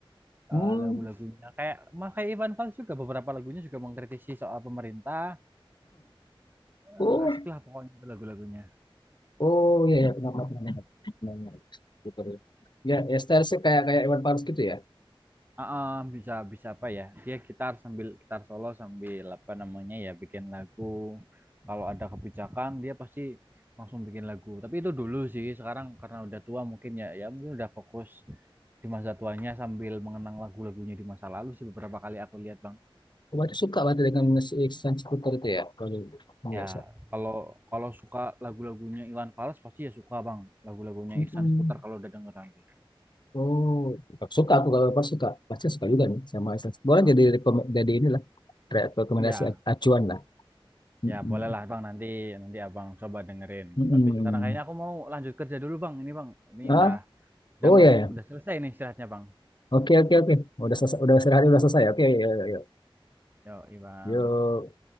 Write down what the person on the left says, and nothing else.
Hmm.
oh
Oh iya ya pernah pernah pernah dengar. Pernah Skuter itu. Ya, ya style sih kayak kayak Iwan Fals gitu ya.
Oh, berarti suka berarti dengan si Iksan Skuter itu ya kalau biasa.
Mm-mm.
Oh, suka aku kalau Iwan suka, pasti suka juga nih sama Iksan. Boleh
jadi
rekom jadi inilah re- rekomendasi
a- acuan lah. Mm-mm.
Mm-mm.
Ah,
oh ya
ya.
Oke oke oke. Udah selesai, udah selesai,
udah selesai. Oke, ya, ya, ya.
Yuk.